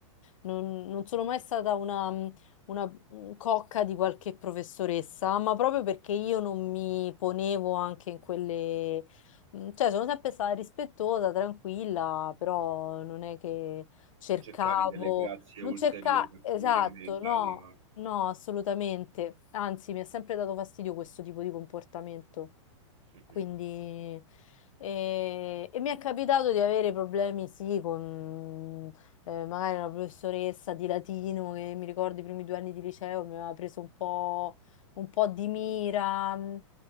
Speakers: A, on the left; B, on the right.
A: non, non sono mai stata una, mhmm, una mhmm, cocca di qualche professoressa, ma proprio perché io non mi ponevo anche in quelle, mm, cioè sono sempre stata rispettosa, tranquilla, però non è che cercavo...
B: non cercavi delle grazie
A: Non
B: ulteriori
A: cerca,
B: a
A: esatto,
B: quelle che meritavi,
A: no,
B: no?
A: No, assolutamente. Anzi, mi ha sempre dato fastidio questo tipo di comportamento.
B: Mhm.
A: Quindi, eh, e mi è capitato di avere problemi, sì, con eh, magari una professoressa di latino che mi ricordo i primi due anni di liceo mi aveva preso un po', un po' di mira. mm,